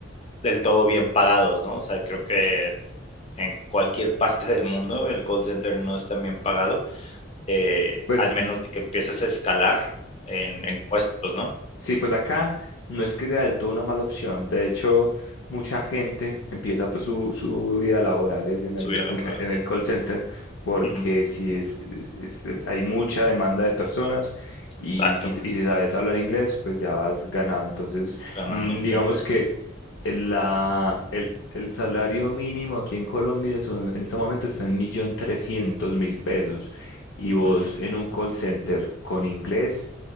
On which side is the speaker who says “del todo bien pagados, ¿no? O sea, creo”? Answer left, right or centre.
Left